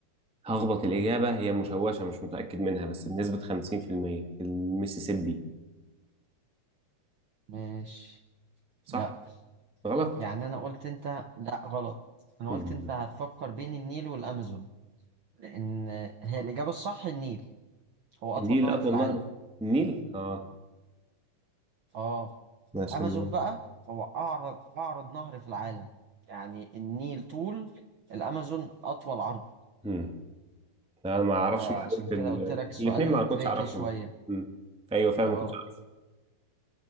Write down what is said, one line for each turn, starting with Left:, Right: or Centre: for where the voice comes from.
Centre: هخبط الإجابة هي مشوشة مش متأكد منها بس بنسبة 50% المسيسيبي
Right: ماشي
Centre: صح
Right: لا
Centre: غلط
Right: يعني أنا قلت أنت لا غلط أنا
Centre: مم.
Right: قلت أنت هتفكر بين النيل والأمازون لأن هي الإجابة الصح النيل هو
Centre: النيل
Right: أطول نهر
Centre: أطول
Right: في العالم
Centre: نهر النيل اه
Right: آه
Centre: ماشي
Right: الأمازون
Centre: مم.
Right: بقى هو أعرض أعرض نهر في العالم يعني النيل طول الأمازون أطول عرض
Centre: مم. انا ما اعرفش
Right: فعشان
Centre: معلومة
Right: كده قلت
Centre: ال...
Right: لك سؤال
Centre: الاثنين ما
Right: تريكي
Centre: كنتش اعرفهم
Right: شوية
Centre: مم. ايوه فعلا
Right: آه
Centre: ما كنتش اعرفهم